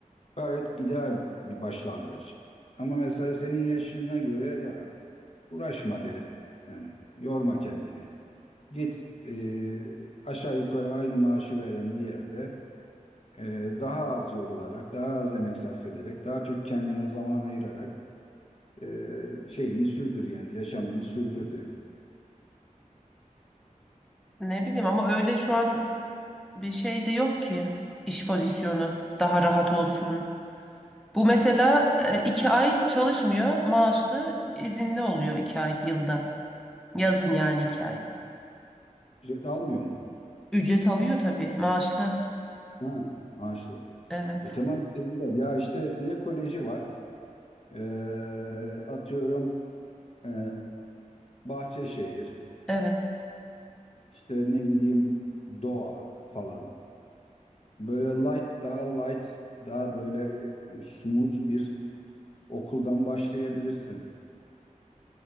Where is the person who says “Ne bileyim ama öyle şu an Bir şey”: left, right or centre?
Centre